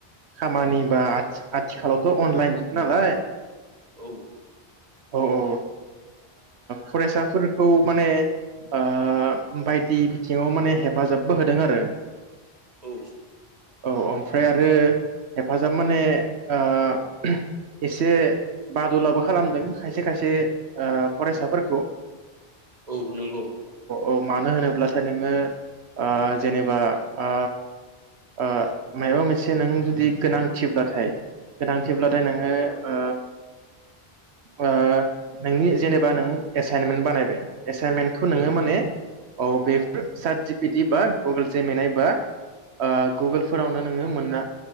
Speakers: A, on the right; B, on the right.
A: खामानि बा आथि आथिखालावथ अनलाइन जुग नालाय
B: औ
A: औ औ ओ फरायसाफोरखौ माने ओ बायदि बिथिङाव माने हेफाजाबबो होदों आरो
B: औ।
A: औ ओमफ्राय आरो हेफाजाब माने ओ एसे बादलाबो खालामदों खायसे खायसे फरायसाफोरखौ
B: औ नंगौ।
A: औ मानो होनोब्लाथाय नोङो ओ जेनेबा आ आ मायबा मोनसे नों जुदि गोनांथिब्लाथाय गोनांथिब्लाथाय नोङो ओ ओ नोंनि जेनेबा नों एसाइनमेन्ट बानायबाय। एसाइनमेन्टखौ
B: औ
A: नोङो माने औ। बेफोर सात जि पि टि बा गुगोल जेमेनाय आ गुगोलफोरावनो नोङो मोनना